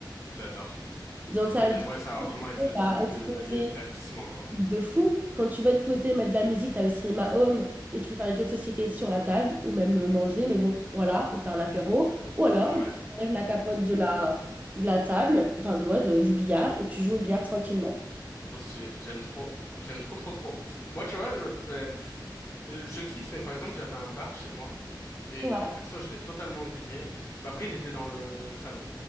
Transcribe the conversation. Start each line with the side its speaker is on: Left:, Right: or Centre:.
Left: J'adore.
Right: Donc
Left: Trop
Right: ça veut
Left: bien.
Right: dire
Left: Ouais, ça
Right: que quand
Left: va vraiment
Right: tu
Left: être le
Right: vas
Left: truc
Right: être
Left: de le
Right: posé
Left: lieu de divertissement, quoi.
Right: de fou, quand tu vas te poser, mettre de la musique, tu as le cinéma home et tu peux faire des jeux de société sur la table ou même euh, manger, mais bon, voilà, ou faire un apéro. Ou alors,
Left: Ouais.
Right: bah, tu enlèves la capote de la, de la table, enfin de- ouais, de- du billard et tu joues au billard tranquillement.
Left: Trop stylé. J'aime trop. J'aime trop, trop, trop. Moi, tu vois, je, ben, pff, euh, je kiffe, mais par exemple, j'avais un bar chez moi. Et
Right: Ouais,
Left: perso, je l'ai totalement viré. Après, il était dans le salon.